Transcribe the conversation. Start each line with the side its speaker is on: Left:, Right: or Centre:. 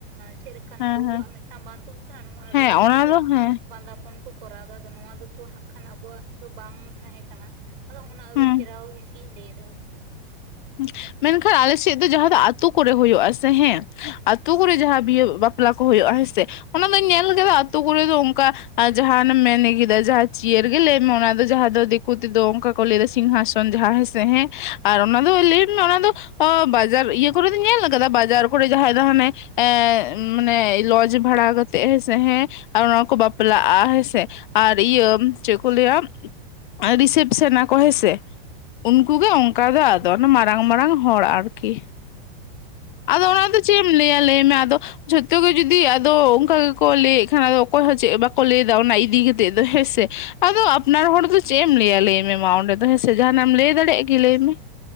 Right: ᱪᱮᱫ
Left: ᱦᱮᱸ
Right: ᱫᱩᱲᱩᱵ
Left: ᱦᱮᱸ
Right: ᱟᱜ ᱢᱤᱫᱴᱟᱝ ᱵᱟᱝ ᱛᱩᱫ ᱟᱠᱟᱱᱟ ᱱᱚᱣᱟ
Left: ᱦᱮᱸ
Right: ᱨᱮ ᱫᱩᱲᱩᱵ
Left: ᱚᱱᱟ
Right: ᱠᱟᱛᱮ᱾
Left: ᱫᱚ ᱦᱮᱸ
Right: ᱵᱟᱸᱫᱟᱯᱚᱱ ᱠᱚ ᱠᱚᱨᱟᱣ ᱮᱫᱟ ᱟᱨ ᱱᱚᱣᱟ ᱫᱚᱛᱚ ᱦᱟᱸᱜ ᱠᱷᱟᱱ ᱟᱵᱚᱣᱟᱜ ᱫᱚ ᱵᱟᱝ ᱛᱟᱦᱮᱸ ᱠᱟᱱᱟ᱾ ᱟᱫᱚ ᱚᱱᱟ ᱟᱹᱨᱩ
Left: ᱦᱩᱸ
Right: ᱯᱷᱮᱨᱟᱣ ᱜᱤᱧ ᱞᱟᱹᱭ ᱮᱫᱟ ᱟᱨᱠᱤ᱾
Left: ᱦᱩᱸ ᱢᱮᱱᱠᱷᱟᱱ ᱟᱞᱮ ᱥᱮᱫ ᱫᱚ ᱡᱟᱦᱟᱸ ᱫᱚ ᱟᱛᱳ ᱠᱚᱨᱮ ᱦᱩᱭᱩᱜ-ᱟ ᱥᱮ ᱦᱮᱸ ᱟᱛᱳ ᱠᱚᱨᱮ ᱡᱟᱦᱟᱸ ᱵᱤᱦᱟᱹ ᱵᱟᱯᱞᱟ ᱠᱚ ᱦᱩᱭᱩᱜ-ᱟ ᱦᱮᱸ ᱥᱮ ᱚᱱᱟ ᱫᱚᱧ ᱧᱮᱞ ᱠᱮᱫᱟ ᱟᱛᱳ ᱠᱚᱨᱮ ᱫᱚ ᱚᱱᱠᱟ ᱟᱨ ᱡᱟᱦᱟᱸ ᱟᱱᱮᱢ ᱢᱮᱱ ᱠᱮᱫᱟ ᱡᱟᱦᱟᱸ ᱪᱤᱭᱟᱹᱨ ᱜᱮ ᱞᱟᱹᱭ ᱢᱮ ᱚᱱᱟ ᱫᱚ ᱡᱟᱦᱟᱸ ᱫᱚ ᱫᱤᱠᱩ ᱛᱮᱫᱚ ᱚᱱᱠᱟ ᱠᱚ ᱞᱟᱹᱭᱫᱟ ᱥᱤᱝᱦᱟᱥᱚᱱ ᱡᱟᱦᱟᱸᱭ ᱦᱮᱸ ᱥᱮ ᱟᱨ ᱚᱱᱟ ᱫᱚ ᱞᱟᱹᱭ ᱢᱮ ᱚᱱᱟ ᱫᱚ ᱚ ᱵᱟᱡᱟᱨ ᱤᱭᱟᱹ ᱠᱚᱨᱮ ᱫᱚᱧ ᱧᱮᱞ ᱠᱟᱫᱟ ᱵᱟᱡᱟᱨ ᱠᱚᱨᱮ ᱡᱟᱦᱟᱸᱭ ᱫᱚ ᱦᱟᱱᱮ ᱮ ᱢᱟᱱᱮ ᱞᱚᱡᱽ ᱵᱷᱟᱲᱟ ᱠᱟᱛᱮᱜ ᱦᱮᱸ ᱥᱮ ᱦᱮᱸ ᱟᱨ ᱚᱱᱟ ᱠᱚ ᱵᱟᱯᱞᱟᱜ-ᱟ ᱦᱮᱸ ᱥᱮ᱾ ᱟᱨ ᱤᱭᱟᱹ ᱪᱮᱫ ᱠᱚ ᱞᱟᱹᱭᱟ? ᱨᱤᱥᱮᱯᱥᱮᱱ ᱟᱠᱚ ᱦᱮᱸ ᱥᱮ ᱩᱱᱠᱩ ᱜᱮ ᱚᱱᱠᱟ ᱜᱮ ᱟᱨ- ᱫᱚᱱ ᱢᱟᱨᱟᱝ ᱢᱟᱨᱟᱝ ᱦᱚᱲ ᱟᱨᱠᱤ᱾ ᱟᱫᱚ
Right: ᱦᱮᱸ
Left: ᱚᱱᱟ ᱫᱚ ᱪᱮᱫ ᱮᱢ ᱞᱟᱹᱭᱟ ᱞᱟᱹᱭ ᱢᱮ ᱟᱫᱚ? ᱡᱷᱚᱛᱚ ᱜᱮ ᱡᱩᱫᱤ ᱟᱫᱚ ᱚᱱᱠᱟ ᱜᱮᱠᱚ ᱞᱟᱹᱭ ᱮᱫ ᱠᱷᱟᱱ ᱟᱫᱚ ᱚᱠᱚᱭ ᱦᱚᱸ ᱪᱮᱫ ᱵᱟᱠᱚ ᱞᱟᱹᱭᱫᱟ ᱚᱱᱟ ᱤᱫᱤ ᱠᱟᱛᱮᱜ ᱫᱚ ᱦᱮᱸᱥᱮ᱾ ᱟᱫᱚ ᱟᱯᱱᱟᱨ ᱦᱚᱲ ᱫᱚ ᱪᱮᱫ ᱮᱢ ᱞᱟᱹᱭᱟ ᱞᱟᱹᱭ ᱢᱮ ᱢᱟ ᱚᱸᱰᱮ ᱫᱚ ᱦᱮᱸ ᱥᱮ, ᱡᱟᱦᱟᱱᱟᱜ ᱮᱢ ᱞᱟᱹᱭ ᱫᱟᱲᱮᱭᱟᱜ-ᱟ ᱠᱤ ᱞᱟᱹᱭ ᱢᱮ?